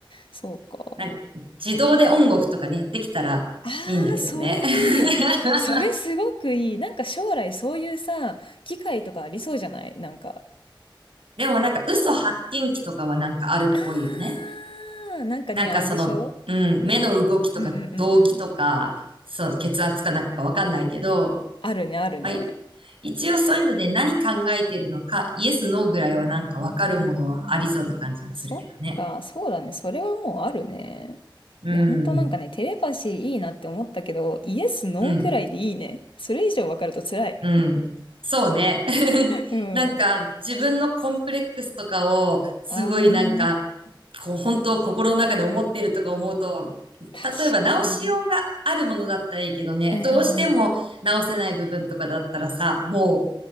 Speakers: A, on the left (about 75°); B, on the right (about 85°).
A: そうか。
B: なんか自動でオンオフとかね、できたらいいんだけどね。
A: ああ、それいい。
B: <laughs>
A: それすごくいい。なんか将来そういうさ、機会とかありそうじゃないなんか。
B: でもなんか嘘発見器とかはなんかあるっぽいよね。
A: ああ、なんかね、
B: なんかその、
A: あれでしょ
B: うん、目の動きとか動機とか、
A: うんうんうんうん。
B: そう、血圧かなんかわかんないけど、
A: あるね、あるね。
B: はい。一応そういうので何考えているのか、イエス、ノーぐらいはなんかわかるものはありそうな感じもするけどね。
A: そっか、そうだね。それはもうあるね。
B: うん。
A: いや、ほんとなんかね、テレパシーいいなって思ったけど、イエス、ノーくらいでいいね。
B: うん。
A: それ以上わかると辛い。
B: うん。そうね。<laughs>
A: うん。
B: なんか自分のコンプレックスとかをすごいなんか
A: ああ、
B: こう本当心の中で思っているとか思うと、
A: 確
B: 例えば直しようがあるものだったらいいけどね、
A: かに。うんうんうん。
B: どうしても直せない部分とかだったらさ、も